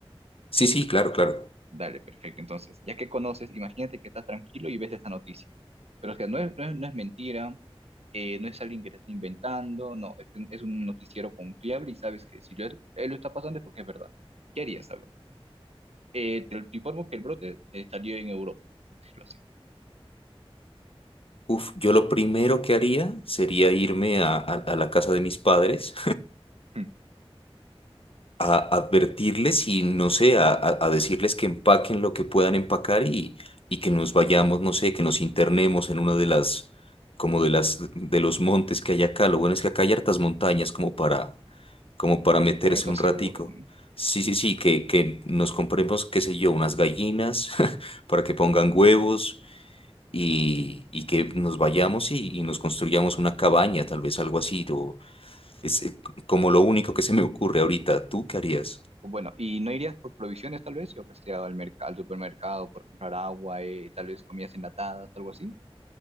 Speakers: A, on the left; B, on the right.
A: sí, sí, claro, claro.
B: Dale, perfecto. Entonces, ya que conoces, imagínate que estás tranquilo y ves esa noticia. Pero, o sea, no es, no es, no es mentira, eh, no es alguien que te está inventando, no, es, un- es un noticiero confiable y sabes que si lo- él lo está pasando es porque es verdad. ¿Qué harías, saber? Eh, te te informo que el brote eh, salió en Europa, por decirlo así,
A: Uf, yo lo primero que haría sería irme a, a- a la casa de mis padres
B: <laughs>
A: <laughs> a advertirles y, no sé, a, a- a decirles que empaquen lo que puedan empacar y, y que nos vayamos, no sé, que nos internemos en una de las, como de las, de los montes que hay acá. Lo bueno es que acá hay hartas montañas como para, como para
B: para
A: meterse
B: que puedan estar
A: un
B: seguros,
A: ratico.
B: ¿no?
A: Sí, sí, sí, que, que nos compremos, qué sé yo, unas gallinas <laughs> para que pongan huevos y, y que nos vayamos y, y nos construyamos una cabaña, tal vez algo así, o es eh, c- como lo único que se me ocurre ahorita. ¿Tú qué harías?
B: Bueno, ¿y no irías por provisiones tal vez? Yo pues que al mercado, al supermercado por comprar agua, eh, tal vez comidas enlatadas, algo así.